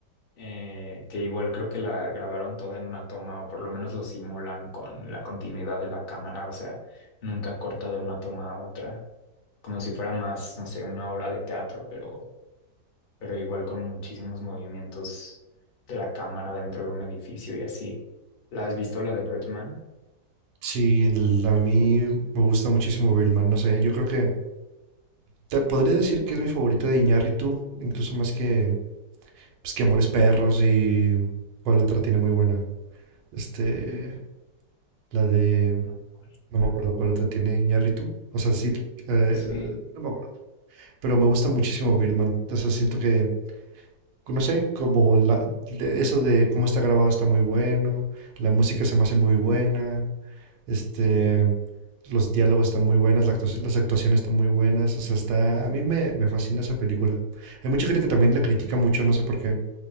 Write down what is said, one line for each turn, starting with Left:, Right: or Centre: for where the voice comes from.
Left: eh, que igual creo que la grabaron toda en una toma o por lo menos lo simulan con la continuidad de la cámara, o sea, nunca corta de una toma a otra, como si fuera más, no sé, una obra de teatro, pero, pero igual con muchísimos movimientos de la cámara dentro de un edificio y así. ¿La has visto la de Birdman?
Right: sí, l- a mí me gusta muchísimo Birdman, no sé, yo creo que te- podría decir que es mi favorita de Iñárritu, incluso más que, pues, que Amores Perros y cuál otra tiene muy buena. Este, la de,
Left: Ay, ¿cuál
Right: no
Left: otra?
Right: me acuerdo cuál otra tiene Iñárritu. O sea, sí, eh,
Left: Sí,
Right: no me acuerdo. Pero me gusta muchísimo Birdman. O sea, siento que, no sé, como la, de- eso de cómo está grabado está muy bueno. La música se me hace muy buena. Este,
Left: sí,
Right: los diálogos están muy buenos. la actua- las actuaciones están muy buenas. O sea, está, a mí me, me fascina esa película. Hay mucha gente que también la critica mucho, no sé por qué.